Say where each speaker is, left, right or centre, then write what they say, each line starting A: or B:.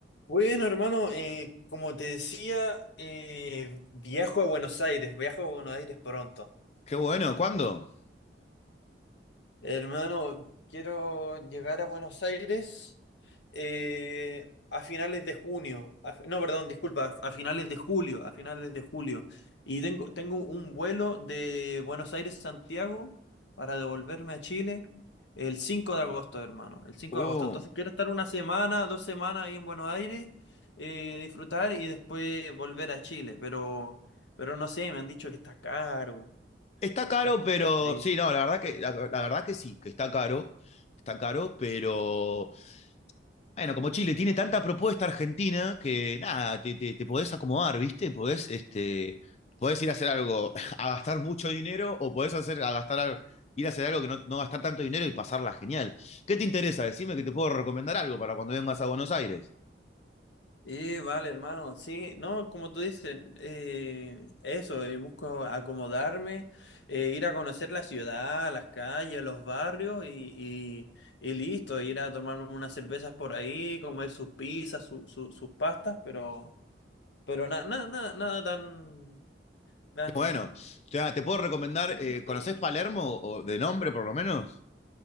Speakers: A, on the left; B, on the left.
A: Bueno, hermano, eh, como te decía, eh, viajo a Buenos Aires, viajo a Buenos Aires pronto.
B: Qué bueno, ¿cuándo?
A: Hermano, quiero llegar a Buenos Aires eh, a finales de junio. A fi- no, perdón, disculpa, a, a finales de julio, a finales de julio. Y tengo, tengo un vuelo de Buenos Aires a Santiago para devolverme a Chile el 5 de agosto, hermano. El 5
B: Uh,
A: de agosto. Entonces quiero estar una semana, dos semanas ahí en Buenos Aires, eh, disfrutar y después volver a Chile. Pero, pero no sé, me han dicho que está caro.
B: está caro,
A: Está
B: pero
A: ahí.
B: sí, no, la verdad que, la, la verdad que sí, que está caro, está caro, pero bueno, como Chile tiene tanta propuesta argentina que nada, te, te, te podés acomodar, ¿viste? Podés, este, podés ir a hacer algo, <laughs> a gastar mucho dinero o podés hacer, a gastar, al- ir a hacer algo que no, no gastar tanto dinero y pasarla genial. ¿Qué te interesa? Decime que te puedo recomendar algo para cuando vengas a Buenos Aires.
A: Y vale, hermano, sí, no, como tú dices, eh, eso, eh, busco acomodarme, eh, ir a conocer la ciudad, las calles, los barrios y, y, y listo, ir a tomarme unas cervezas por ahí, comer sus pizzas, su- su- sus pastas, pero, pero nada, nada, nada, nada tan, tan,
B: Bueno, o sea, te puedo recomendar,
A: no,
B: eh, ¿conocés Palermo o de nombre por lo menos?